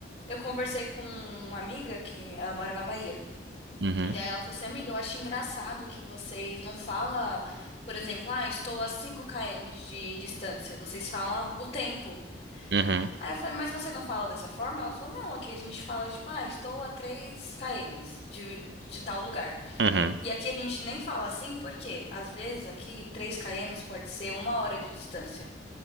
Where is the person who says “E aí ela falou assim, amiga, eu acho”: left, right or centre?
Left